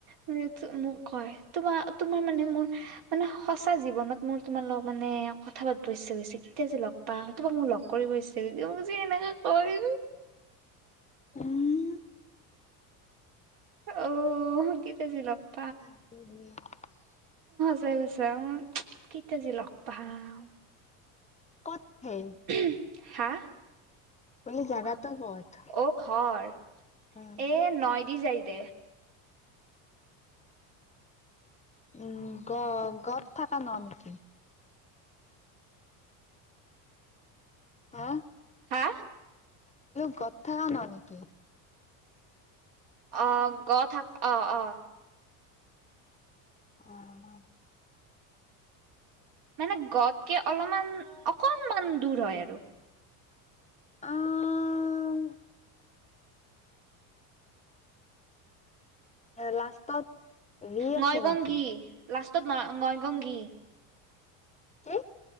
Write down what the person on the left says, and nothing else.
উম,
<unintelligible>
ক'ত হে
বোলে জাগাটো ক'ত?
উম,
উম গ গত থকা ন নেকি? হা
বোলো গত থা ন নেকি?
অহ
আহ লাষ্টত ৰি
আছে
নেকি?
কি